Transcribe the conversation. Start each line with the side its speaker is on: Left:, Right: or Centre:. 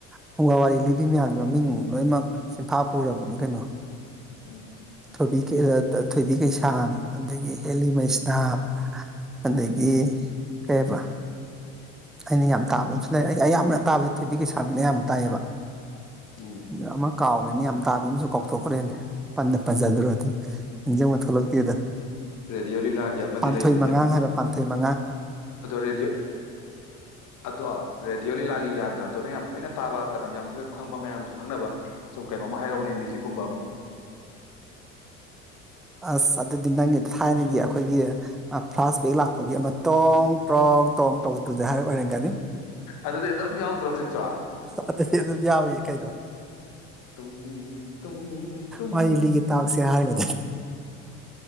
Centre: ꯐꯨꯡꯒꯥ ꯋꯥꯔꯤ ꯂꯤꯕꯤ ꯃꯌꯥꯝꯁꯦ ꯃꯃꯤꯡ ꯂꯣꯏꯅꯃꯛ ꯆꯦꯟꯐꯥ ꯄꯨꯔꯕꯅꯤ ꯀꯩꯅꯣ
Left: ꯎꯝ
Centre: ꯊꯕꯤ ꯀ ꯊꯣꯏꯕꯤ ꯀꯩꯁꯥꯡ ꯑꯗꯒꯤ ꯍꯦꯂꯤꯕꯩꯁꯇꯥꯞ ꯑꯗꯒꯤ
Left: ꯎꯝ
Centre: ꯀꯩꯔꯤꯕ꯭ꯔꯥ ꯑꯩꯅ ꯌꯥꯝ ꯇꯥꯕ ꯑꯃꯁꯨ ꯂꯩ ꯑꯩ ꯑꯌꯥꯝꯕꯅ ꯇꯥꯕꯗꯤ ꯊꯣꯏꯕꯤ ꯀꯩ ꯁꯥꯥꯕꯅ ꯑꯌꯥꯝꯕ ꯇꯥꯏꯌꯦꯕ
Left: ꯎꯝ
Centre: <unintelligible> ꯀꯥꯎꯅꯤꯅ ꯌꯥꯝ ꯇꯥꯕꯤ ꯑꯃꯁꯨ ꯀꯥꯎꯊꯣꯛꯈ꯭ꯔꯦꯅꯦ ꯄꯟꯅ ꯄꯟꯁꯤꯜꯂꯨꯔ ꯑꯗꯨꯗꯤ ꯅꯤꯡꯁꯤꯡꯕ ꯊꯣꯛꯂꯛꯇꯦꯗ
Left: ꯔꯦꯗꯤꯑꯣ ꯂꯤꯂꯥꯒꯤ ꯑꯃꯗꯤ
Centre: ꯄꯥꯟꯊꯣꯏ
Left: ꯂꯩꯕꯅꯦ
Centre: ꯃꯉꯥ ꯍꯥꯏꯕꯣ ꯄꯥꯟꯊꯣꯏ ꯃꯉꯥ
Left: ꯑꯗꯣ ꯔꯦꯗꯤꯑꯣ ꯑꯗꯣ ꯔꯦꯗꯤꯑꯣ ꯂꯤꯂꯥꯒꯤ ꯌꯥꯗꯥꯇꯣꯅ ꯌꯥꯝ ꯇꯣꯏꯅ ꯇꯥꯕ ꯀꯩꯅꯣ ꯌꯥꯝꯁꯨ ꯈꯪꯕ ꯃꯌꯥꯝꯁꯨ ꯈꯪꯅꯕ ꯁꯨꯝ ꯀꯩꯅꯣꯃ ꯍꯥꯏꯔꯥꯎꯅꯩ ꯃ꯭ꯌꯨꯖꯤꯛꯀꯨꯝꯕ ꯑꯃ
Centre: ꯑꯁ ꯁꯗꯗꯤꯤꯟꯗꯪꯦ ꯊꯥꯏꯅꯒꯤ ꯑꯩꯈꯣꯏꯒꯤ ꯐ꯭ꯂꯥꯁ ꯕꯦꯛ ꯂꯥꯛꯄꯒꯤ ꯑꯃ ꯇꯣꯡ ꯇ꯭ꯔꯣꯡ ꯇꯣꯡ ꯇꯧ ꯑꯗꯨꯗ ꯍꯥꯏꯔ ꯑꯣꯏꯔꯝꯒꯅꯤ
Left: ꯑꯗꯨꯗꯤ ꯑꯗꯨꯝ ꯌꯥꯎꯗ꯭ꯔꯣ ꯍꯧꯖꯤꯛꯁꯨ
Centre: ꯑꯗꯨ ꯑꯗꯨꯝ ꯌꯥꯎꯏ ꯀꯩꯗꯣ
Left: ꯇꯨꯡ ꯇꯨꯡ ꯇꯨꯡ
Centre: ꯃꯥꯒꯤ ꯇꯥꯁꯦꯔꯒ